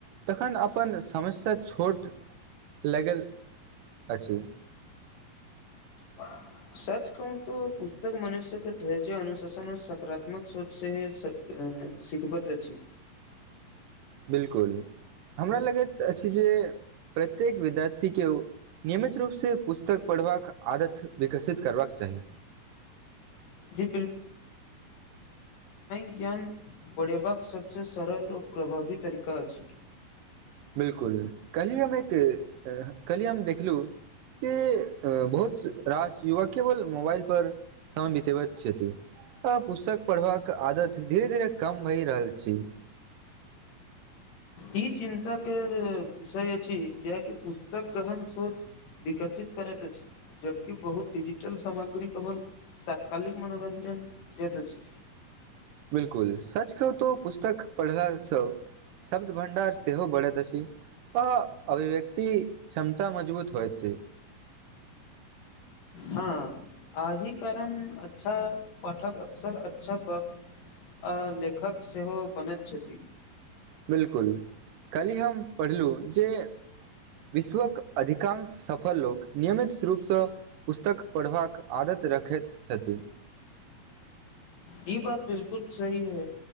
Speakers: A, on the right; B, on the left.
A: तखन अपन समस्या छोट लगल अछि
B: <inaudible> सच कहू तऽ पुस्तक मनुष्य के धैर्य अनुशासन आ सकारात्मक सोच से ह सिखबत अछी
A: बिलकुल हमरा लगैत अछि जे प्रत्येक विद्यार्थी के नियमित रूपसँ पुस्तक पढ़बाक आदत विकसित करबाक चाही
B: जी विज्ञान पढ़ेबाक सभसँ सरल और प्रभावी तरीका आछि
A: बिलकुल कली हम एक कली हम देखलहु जे बहुत रास युवक केवल मोबाइल पर समय बितेब छथि आ पुस्तक पढ़बाक आदत धीरे धीरे कम भहि रहल छै
B: ई चिन्ता कर विषय अछी कियाकि पुस्तक कहन सोच विकसित करैत अछि जबकि बहुत डिजिटल सामग्री केवल तत्कालिक मनोरञ्जन दैत अछि
A: बिलकुल सच कहू त पुस्तक पढ़लासँ शब्द भं्डार सेहो बढ़ैत अछि आ अभिव्यक्ति क्षमता मजबूत होइ छै
B: हँ अही कारण अच्छा पठक अक्सर अच्छा ब आ लेखक सेहो बनैत छथि
A: बिलकुल कलिह हम पढ़लहुँ जे विश्वक अधिकांश सफल लोक नियमित रूपसँ पुस्तक पढ़बाक आदत रखैत छथि
B: ई बात बिलकुल सही है